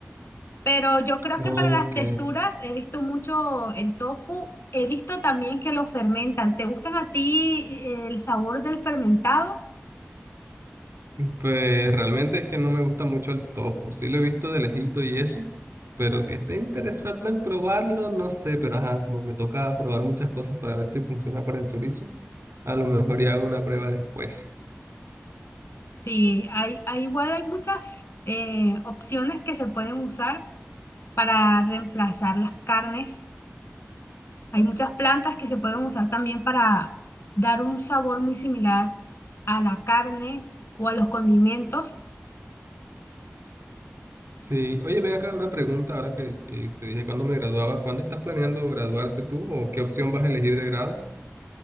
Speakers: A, on the left (about 75°); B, on the right (about 85°).
A: pero yo creo
B: Ok.
A: que para las texturas he visto mucho el tofu. He visto también que lo fermentan. ¿Te gustan a ti el sabor del fermentado?
B: Pues realmente es que no me gusta mucho el tofu. Sí lo he visto de lejito y eso, pero que esté interesado en probarlo, no sé, pero ajá, como me toca probar muchas cosas para ver si funciona para el chorizo, a lo mejor ya hago una prueba después.
A: Sí, hay, hay igual hay muchas eh, opciones que se pueden usar para reemplazar las carnes. Hay muchas plantas que se pueden usar también para dar un sabor muy similar a la carne o a los condimentos.
B: Sí, oye, ven acá una pregunta ahora que, que te dije cuándo me graduaba, ¿cuándo estás planeando graduarte tú o qué opción vas a elegir de grado?